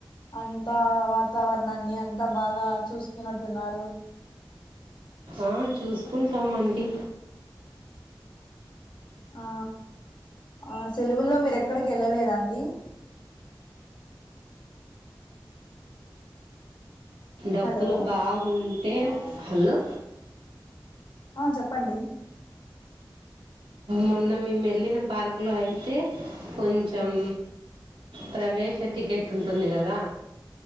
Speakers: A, on the left; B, on the right.
A: అంతా వాతావరణాన్ని అం త బాగా చూస్తున్నట్టున్నారు
B: ఆ చూసుకుంటామండి
A: ఆ ఆ సెలవుల్లో మీరు ఎక్కడికి వెళ్ళలేదండి
B: డబ్బులు
A: హలో
B: బాగుంటే హలో
A: ఆ చెప్పండి
B: మొన్న మేమెళ్ళిన పార్క్లో అయితే కొంచెం ప్రవేశ టికెట్ ఉంటుంది గదా